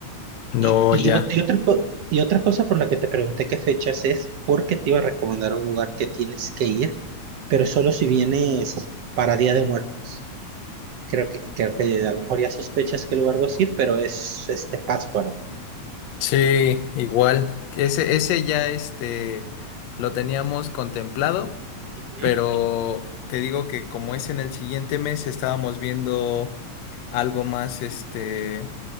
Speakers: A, on the left; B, on the right.
A: No,
B: Y, y,
A: ya.
B: ot- y otra, co- y otra cosa por la que te pregunté qué fechas es, porque te iba a recomendar un lugar que tienes que ir, pero solo si vienes para Día de Muertos. Creo que, creo que a lo mejor ya sospechas qué lugar vas a ir, pero es este Pátzcuaro.
A: Sí, igual. Ese, ese ya este lo teníamos contemplado,
B: Ujú.
A: pero te digo que como es en el siguiente mes, estábamos viendo algo más este